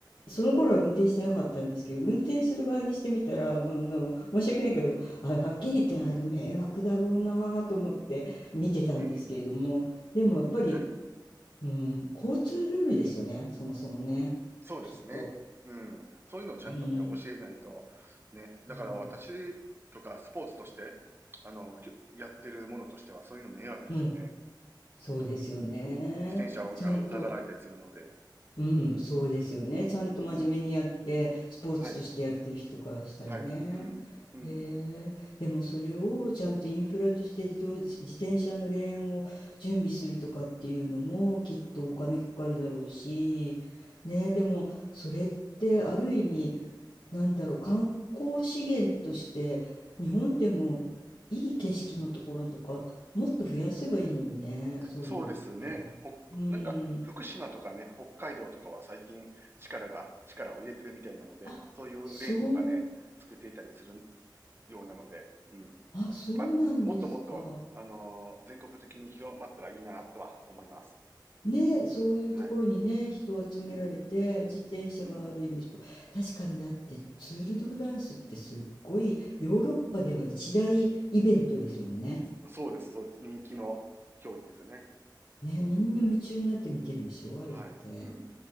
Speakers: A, on the left; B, on the right.
A: その頃は運転してなかったんですけど運転する側にしてみたら、まあ、あの申し訳ないけどあはっきり言ってあれ迷惑だろうなと思って見てたんですけれどもでもやっぱり、
B: うん。はい。
A: うん、交通ルールですよねそもそもねきっと。
B: そうですね。うん。そういうのをちゃんとね、
A: うん、
B: 教えないと、ね。だから私とかスポーツとして、
A: そう、
B: あの、きゅやってるものとしては、そういうの迷惑ですよね。
A: うん、そうですよね。
B: 本当に。自転車がうざがられたりするので。
A: ちゃんとうん、そうですよね。
B: うん。
A: ちゃんと真面目にやって、
B: うん。
A: スポーツとしてやってる人からしたらね。
B: はい。はい。うん。うん。
A: へえ、でもそれをちゃんとインフラとして自動、自転車のレーンを準備するとかっていうのもきっとお金かかるだろうし、ね、でもそれってある意味、なんだろう、観光資源として日本でもいい景色のところとかもっと増やせばいいのにね、そういうのって。
B: そうですね。ほ、
A: うん。
B: なんか、福島とかね、北海道とかは最近力が、力を入れてるみたいなので、
A: あ、
B: そういうレーンとかね、
A: そう、
B: 作っていたりするようなので、うん。
A: あ、そうなんですか。
B: ま、もっともっと、あのー全国的に広まったらいいなとは思います。
A: ね、そういうところにね、
B: はい。
A: 人を集められて、
B: うん、
A: 自転車がある意味、
B: うん。
A: 確かにだってツール・ド・フランスってすっごいヨーロッパでは一大イベントですもんね。
B: そそうです、そうです。人気の競技ですよね。
A: ね、みんな夢中になって見てるでしょ、
B: うん。
A: あれって。
B: はい。うん。